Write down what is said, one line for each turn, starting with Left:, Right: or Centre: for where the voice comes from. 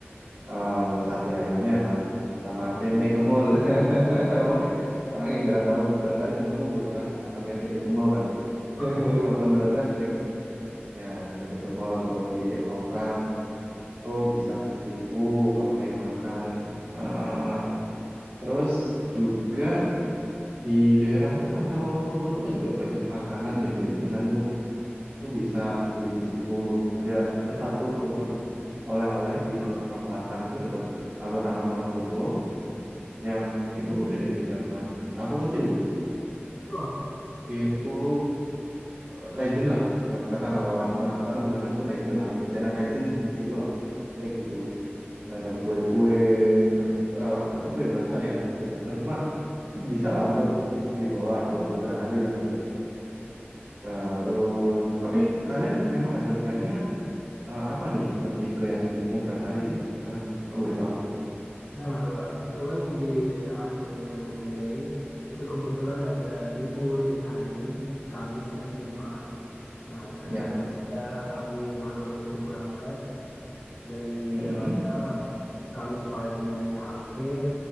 Right: eh, sate ayamnya kan sama tempe kemul. <laughs> Mungkin orang yang jarang tahu barangkali temanmu belum pernah makan namanya tempe kemul kali. <laughs>
Left: oleh.
Right: Mungkin kalau mendoan kan sering ya. Ya, tempe kemul tuh di Longkrang tuh bisa ke situ kalau pengen makan. Eh, terus juga di daerah itu Pasar Wonosobo tuh kan juga banyak makanan dan jajanan tuh. Tuh bisa beli di situ. Ada ada satu tempat oleh-oleh di dekat perempatan itu dekat alun-alun Wonosobo yang itu tuh udah dari zaman aku kecil tuh
Left: Wah,
Right: itu eh, legend lah ibarat kata kalau orang-orang sekarang bilangan tuh legend lah jajanan legend di di situ lah kayak gitu ada kue-kue terus eh, tapi kue basah ya kue basah cuma bisa lah untuk dibawa dua tiga hari kan gitu terus tapi kalian memang ada plannya eh, apa nih lebih ke yang mau mau berapa hari sih ke sana Kalau boleh tahu
Left: nah Kak, itu kan di akhir Mei, itu kebetulan ada libur di hari Kamis dan Jumat. Nah, rencana
Right: ya
Left: kita Rabu malam itu berangkat. Dari
Right: mm
Left: Jakarta
Right: -mm.
Left: Kamis paginya sampai